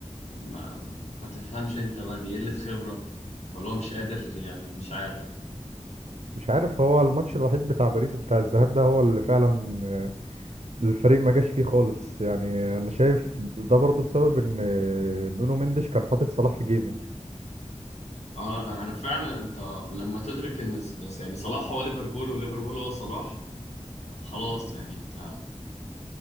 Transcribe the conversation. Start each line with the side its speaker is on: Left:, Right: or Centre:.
Left: ما, ما تفهمش انت بقى دي قله خبره ولا هو مش قادر يعني مش عارف
Right: مش عارف هو الماتش الوحيد بتاع باريس بتاع الذهاب ده هو اللي فعلا آه، الفريق ما جاش فيه خالص يعني انا شايف ده برضو بسبب ان آه، نونو مندش كان حاطط صلاح في جيبه
Left: اه انا انا فعلا انت لما تدرك ان س- يعني صلاح هو ليفربول وليفربول هو صلاح خلاص يعني انت